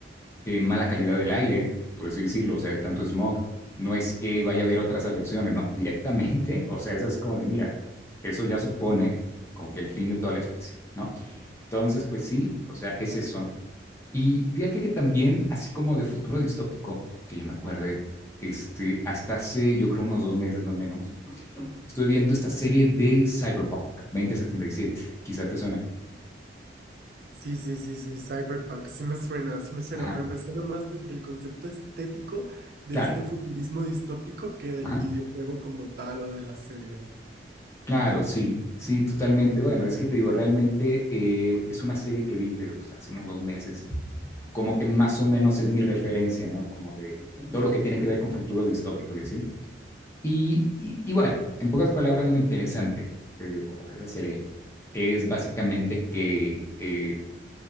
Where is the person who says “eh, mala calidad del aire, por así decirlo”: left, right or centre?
Left